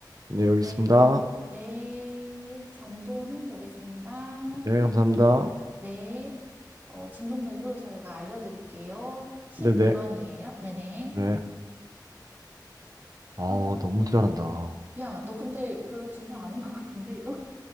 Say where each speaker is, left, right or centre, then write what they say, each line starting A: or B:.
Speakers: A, on the right (about 55°); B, on the right (about 25°).
A: 네, 여기
B: 네.
A: 있습니다.
B: 네, 잔도는 여기 있습니다.
A: 네, 감사합니다.
B: 네. 어, 진동벨로 저희가 알려드릴게요. 12번이에요.
A: 네, 네,
B: 네네.
A: 네. 아,
B: 어,
A: 너무 잘한다.
B: 야, 너 근데 별로 진상 아닌 것 같은데, 이거?